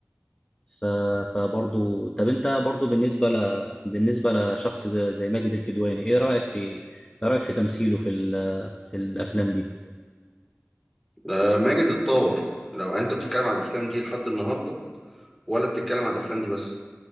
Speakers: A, on the left; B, in the centre.
A: ف فبرضو طب انت برضو بالنسبة ل... بالنسبة لشخص زي زي ماجد الكدواني ايه رأيك في ايه رأيك في تمثيله في ال... في الافلام دي
B: آه، ماجد اتطور لو انت بتتكلم على الافلام دي لحد النهارده ولا بتتكلم على الافلام دي بس